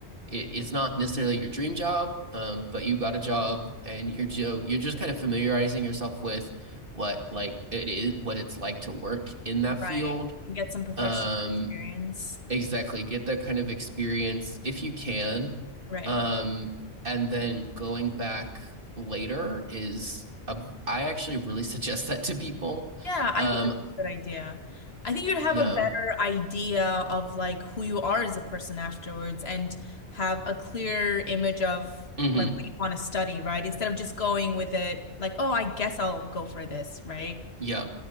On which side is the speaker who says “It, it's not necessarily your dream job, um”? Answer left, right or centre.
Right